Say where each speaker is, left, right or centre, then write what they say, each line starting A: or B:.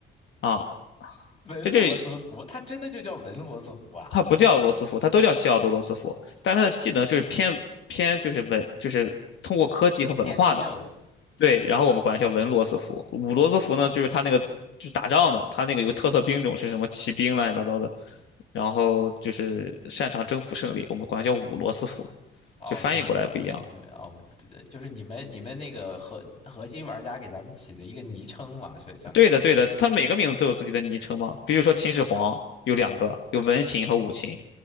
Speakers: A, on the left (about 70°); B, on the left (about 30°).
A: 啊。
B: 文罗斯福，
A: 这这
B: 他真的就叫文罗斯福啊？
A: 它不叫罗斯福，它都叫西奥多罗斯福，但它的技能就是偏偏就是文，就是通过科技和文化的。
B: 偏内政
A: 对，然后我们管它叫文罗斯福，武罗斯福呢，就是它那个就是打仗的，它那个有个特色兵种是什么骑兵乱七八糟的。然后就是擅长征服胜利，我们管它叫五罗斯福，
B: 哦，
A: 就翻译过来不一样。
B: 你们啊，你们哦，不对对，就是你们你们那个核核心玩家给咱们起的一个昵称嘛，所以相当于说是
A: 对的，对的，它每个名字都有自己的昵称嘛，比如说秦始皇有两个，有文秦和武秦，